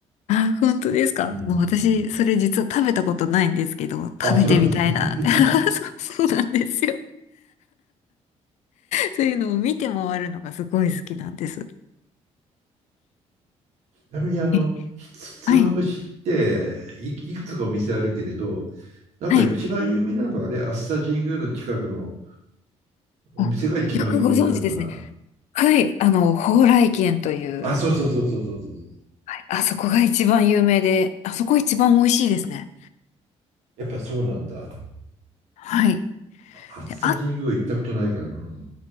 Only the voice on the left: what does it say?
あ、本当ですかもう私、
それ実は食べたことないんですけど、
食べてみたいなって。
<laughs>
そう、そうなんですよ。そういうのを見て回るのがすごい好きなんです。
え
はい。
はい。
あよくご存知ですね。はい。あの、蓬莱軒という、
はい、あそこが一番有名で、あそこ一番美味しいですね。
はい。
で、あ、